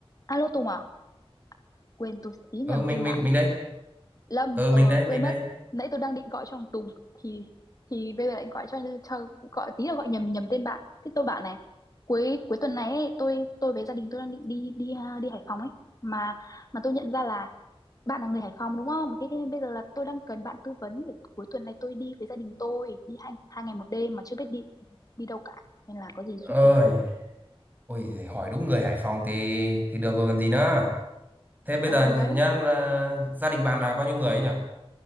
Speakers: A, on the left; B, on the right.
A: Alo Tùng à? Quên tôi tí nhầm
B: ờ mình
A: tên
B: mình
A: bạn.
B: mình đây
A: Lâm,
B: ờ
A: ờ
B: mình đấy
A: quên
B: mình đây
A: mất. Nãy tôi đang định gọi cho thằng Tùng thì thì bây giờ lại gọi cho, cho gọi tí là gọi nhầm nhầm tên bạn. Thế tôi bảo này, cuối cuối tuần này ấy, tôi tôi với gia đình tôi đang định đi đi à, đi Hải Phòng ấy mà mà tôi nhận ra là bạn là người Hải Phòng đúng không? Thế nên bây giờ là tôi đang cần bạn tư vấn để cuối tuần này tôi đi với gia đình tôi đi hai hai ngày một đêm mà chưa biết đi đi đâu cả. Nên là có gì giúp
B: ôi
A: tôi cái.
B: ôi hỏi đúng người Hải Phòng thì thì được rồi còn gì nữa thế bây
A: Ờ
B: giờ nhá
A: đấy,
B: là gia đình bạn là bao nhiêu người ấy nhỉ